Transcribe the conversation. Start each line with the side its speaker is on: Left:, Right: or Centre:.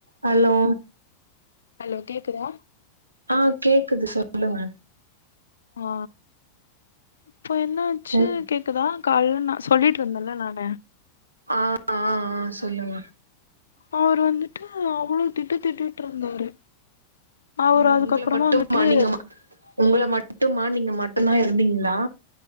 Right: ஹலோ
Left: ஹலோ கேக்குதா
Right: ஆ கேக்குது சொல்லுங்க
Left: ஆ இப்ப என்னாச்சு
Right: ம்
Left: கேக் க்குதா கால்ல நா சொல்லிட்டு இருந்தேல நானு
Right: ஆ ஆ ஆ சொல்லுங்க
Left: அவர் வந்துட்டு அவ்ளோ திட்டுத்திட்டிட்டு இருந்தாரு அவரு
Right: உம்
Left: அதுக்கப்புறமா
Right: உங்கள மட்டுமா
Left: வந்துட்டு
Right: நீங்க உங்கள மட்டுமா நீங்க மட்டுதான் இருந்தீங்ளா